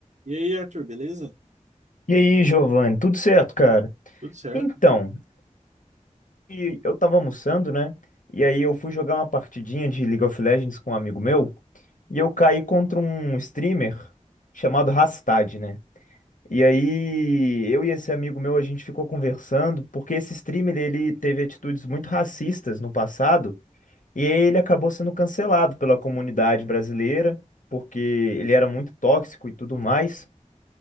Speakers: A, on the right (about 60°); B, on the left (about 80°).
A: E aí, Arthur, beleza?
B: E aí, Giovanni, tudo certo, cara?
A: Tudo certo?
B: Então, e eu tava almoçando, né? E aí eu fui jogar uma partidinha de League of Legends com um amigo meu, e eu caí contra um streamer chamado Rastad, né? E aí eu e esse amigo meu, a gente ficou conversando, porque esse streamer, ele teve atitudes muito racistas no passado, e ele acabou sendo cancelado pela comunidade brasileira, porque ele era muito tóxico e tudo mais.